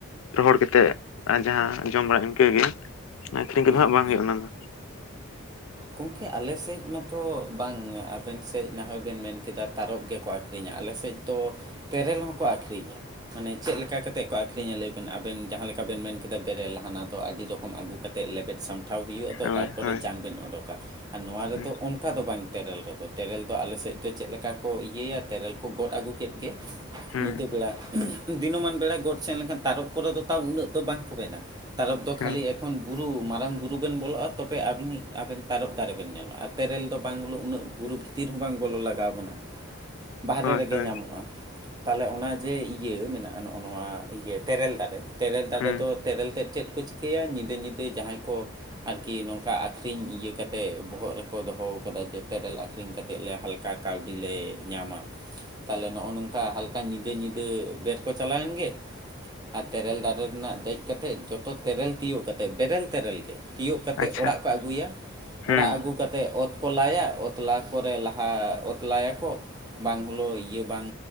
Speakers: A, on the left; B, on the right.
A: ᱨᱚᱦᱚᱲ ᱠᱟᱛᱮᱫ ᱡᱟᱦᱟᱸ ᱡᱚᱢ ᱵᱟᱲᱟ ᱤᱱᱠᱟᱹᱜᱮ ᱟᱹᱠᱷᱨᱤᱧ ᱠᱚᱫᱚ
B: ᱦᱩᱸ
A: ᱦᱟᱸᱜ ᱵᱟᱝ ᱦᱩᱭᱩᱜᱼᱟ, ᱚᱱᱟ ᱫᱚ
B: ᱜᱚᱝᱠᱮ ᱟᱞᱮᱥᱮᱫ ᱢᱟᱛᱚ ᱵᱟᱝ ᱟᱵᱮᱱ ᱥᱮ ᱱᱟᱦᱚᱭ ᱵᱮᱱ ᱢᱮᱱ ᱠᱮᱫᱟ ᱛᱟᱨᱚᱯ ᱜᱮᱠᱚ ᱟᱹᱠᱷᱨᱤᱧᱟ ᱟᱞᱮᱥᱮᱫ ᱫᱚ ᱛᱮᱨᱮᱞ ᱦᱚᱸᱠᱚ ᱟᱹᱠᱷᱨᱤᱧᱟ ᱾ ᱢᱟᱱᱮ ᱪᱮᱫ ᱞᱮᱠᱟ ᱠᱟᱛᱮᱫ ᱠᱚ ᱟᱠᱷᱨᱤᱧᱟ ᱞᱟᱹᱭ ᱵᱮᱱ ᱟᱵᱮᱱ ᱡᱟᱦᱟᱸ ᱞᱮᱠᱟ ᱵᱮᱱ ᱢᱮᱱ ᱠᱮᱫᱟ ᱵᱮᱨᱮᱞ ᱦᱟᱱᱟ ᱫᱚ ᱛᱚ ᱟᱹᱰᱤ ᱨᱚᱠᱚᱢ ᱟᱹᱜᱩ ᱠᱟᱛᱮ ᱞᱮᱵᱮᱫ ᱥᱟᱢᱴᱷᱟᱣ ᱦᱩᱭᱩᱜᱼᱟ ᱛᱚ
A: ᱦᱳᱭ
B: ᱛᱟᱨᱯᱚᱨᱮ
A: ᱦᱳᱭ
B: ᱡᱟᱝ ᱵᱮᱱ ᱚᱰᱳᱠᱟ ᱟᱨ ᱱᱚᱣᱟ ᱨᱮᱫ
A: ᱦᱩᱸ
B: ᱚᱱ ᱚᱱᱠᱟ ᱫᱚ ᱵᱟᱝ ᱛᱮᱨᱮᱞ ᱨᱮᱫᱚ ᱛᱮᱨᱮᱞ ᱫᱚ ᱟᱞᱮᱥᱮᱫ ᱫᱚ ᱪᱮᱫ ᱞᱮᱠᱟ ᱠᱚ ᱤᱭᱟᱹᱭᱟ ᱛᱮᱨᱮᱞ ᱠᱚ ᱜᱚᱫ ᱟᱹᱜᱩ ᱠᱮᱫ ᱜᱮ,
A: ᱦᱩᱸ
B: ᱧᱤᱫᱟᱹ ᱵᱮᱲᱟ ᱫᱤᱱᱟᱹᱢᱟᱱ ᱵᱮᱲᱟ ᱜᱚᱫ ᱥᱮᱱ ᱞᱮᱱᱠᱷᱟᱱ ᱛᱟᱨᱚᱯ ᱠᱚᱨᱮ ᱫᱚ ᱛᱟᱣ ᱩᱱᱟᱹᱜ ᱫᱚ ᱵᱟᱝᱠᱚ ᱢᱮᱱᱟ᱾ ᱛᱚᱨᱚᱯ ᱫᱚ
A: ᱦᱩᱸ
B: ᱠᱷᱟᱹᱞᱤ ᱮᱠᱷᱚᱱ ᱵᱩᱨᱩ ᱢᱟᱨᱟᱝ ᱵᱩᱨᱩ ᱵᱮᱱ ᱵᱚᱞᱚᱜᱼᱟ ᱛᱚᱵᱮ ᱟᱵᱤᱱᱤ ᱟᱵᱮᱱ ᱛᱟᱨᱚᱵ ᱫᱟᱨᱮᱵᱮᱱ ᱧᱟᱢᱟ ᱟᱨ ᱛᱮᱨᱮᱞ ᱫᱚ ᱵᱟᱝ, ᱩᱱᱟᱹᱜ ᱵᱩᱨᱩ ᱵᱷᱤᱛᱤᱨ ᱦᱚᱸ ᱵᱟᱝ ᱵᱚᱞᱚ ᱞᱟᱜᱟᱣ ᱵᱚᱱᱟ᱾ ᱵᱟᱦᱟᱨᱮ
A: ᱦᱳᱭ
B: ᱨᱮᱜᱮ
A: ᱦᱳᱭ
B: ᱧᱟᱢᱚᱜᱼᱟ ᱛᱟᱦᱚᱞᱮ ᱚᱱᱟ ᱡᱮ ᱤᱭᱟᱹ ᱢᱮᱱᱟᱜᱼᱟ ᱱᱚᱜᱼᱚ ᱱᱚᱣᱟ ᱤᱭᱟᱹ ᱛᱮᱨᱮᱞ ᱫᱟᱨᱮ ᱛᱮᱨᱮᱞ ᱫᱟᱨᱮ
A: ᱦᱩᱸ
B: ᱫᱚ ᱛᱮᱨᱮᱞ ᱛᱮᱫ ᱪᱮᱫ ᱠᱚ ᱪᱤᱠᱟᱹ? ᱤᱭᱟᱹᱭᱟ ᱧᱤᱫᱟᱹ ᱧᱤᱫᱟᱹ ᱡᱟᱦᱟᱸᱭ ᱠᱚ ᱟᱨᱠᱤ ᱱᱚᱝᱠᱟ ᱟᱠᱷᱨᱤᱧ ᱤᱭᱟᱹ ᱠᱟᱛᱮ ᱵᱚᱦᱚᱜ ᱨᱮᱠᱚ ᱫᱚᱦᱚ ᱠᱟᱫᱟ, ᱡᱮ ᱛᱮᱨᱮᱞ ᱟᱠᱷᱨᱤᱧ ᱠᱟᱛᱮᱫ ᱞᱮ ᱦᱟᱞᱠᱟ ᱠᱟᱹᱣᱰᱤ ᱞᱮ ᱧᱟᱢᱟ᱾ ᱛᱟᱦᱟᱞᱮ ᱱᱚᱜᱼᱚ ᱱᱚᱝᱠᱟ ᱦᱟᱞᱠᱟ ᱧᱤᱫᱟᱹ ᱧᱤᱫᱟᱹ ᱵᱮᱨ ᱠᱚ ᱪᱟᱞᱟᱣᱮᱱ ᱜᱮ᱾ ᱟᱨ ᱛᱮᱨᱮᱞ ᱫᱟᱨᱮ ᱨᱮᱱᱟᱜ ᱫᱮᱡ ᱠᱟᱛᱮᱜ ᱡᱚᱛᱚ ᱛᱮᱨᱮᱞ ᱛᱤᱭᱳᱜ ᱠᱟᱛᱮᱜ, ᱵᱮᱨᱮᱞ ᱛᱮᱨᱮᱞ ᱜᱮ ᱛᱤᱭᱳᱜ ᱠᱟᱛᱮᱫ
A: ᱟᱪᱪᱷᱟ
B: ᱚᱲᱟᱜ ᱠᱚ ᱟᱹᱜᱩᱭᱟ᱾
A: ᱦᱩᱸ
B: ᱚᱲᱟᱜ ᱟᱹᱜᱩ ᱠᱟᱛᱮᱫ ᱚᱛ ᱠᱚ ᱞᱟᱭᱟ ᱚᱛ ᱞᱟ ᱯᱚᱨᱮ ᱞᱟᱦᱟ ᱚᱛ ᱞᱟᱭᱟᱠᱚ ᱵᱟᱝ ᱦᱤᱞᱳᱜ ᱤᱭᱟᱹ ᱵᱟᱝ